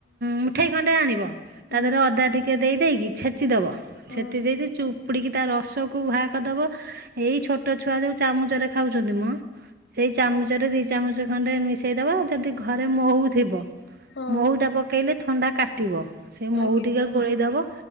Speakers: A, on the right; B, on the left.
A: ମୁଠେଇ ଖଣ୍ଡେ ଆଣିବ
B: ହୁଁ
A: ତା ଦେହରେ ଅଦା ଟିକେ ଦେଇ ଦେଇକି ଛେ ଚି ଦବ
B: ହଁ
A: ଛେତି ଦେଇକି ଚୁପୁଡ଼ିକି ତା ରସକୁ ଉହା କରଦବ। ଏଇ ଛୋଟ ଛୁଆ ଯୋଉ ଚାମୁଚାରେ ଖାଉଚନ୍ତି ମ ସେଇ ଚାମୁଚାରେ ରି ଚାମୁଚ ଖଣ୍ଡେ ମିଶେଇଦବ ଯଦି ଘରେ ମହୁ ଥିବ।
B: ହଁ
A: ମହୁ ଟା ପକେଇଲେ ଥଣ୍ଡା କାଟିବ ସେ ମହୁ
B: ଆଜ୍ଞା
A: ଟିକେ ଗୋଳେଇଦବ।